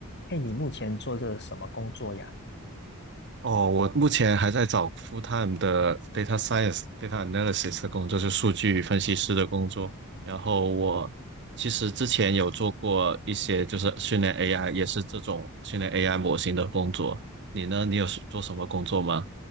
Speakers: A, on the left (about 50°); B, on the right (about 50°).
A: 嘿，你目前做这什么工作呀？
B: 哦，我目前还在找 full time 的 data science、data analysis 的工作，就是数据分析师的工作。然后我其实之前有做过一些，就是训练 AI，也是这种训练 AI 模型的工作。你呢？你有是做什么工作吗？